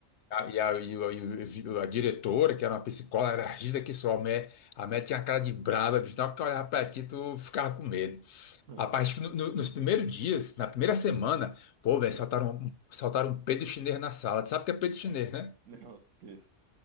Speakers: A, on the left (about 70°); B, on the right (about 85°).
A: A- E a, e o- e o- a diretora, que era uma psicóloga, era rígida que só, a mulher, a mulher tinha uma cara de brava, bicho, na hora que eu olhava pra ti, tu ficava com medo.
B: hum,
A: Rapaz,
B: hum,
A: acho que no- no- nos primeiros dias, na primeira semana, pô, velho,
B: <laughs>
A: soltaram,
B: eh,
A: um- soltaram um peido chinês na sala. Tu sabe o que é peido chinês, né?
B: Não, que isso?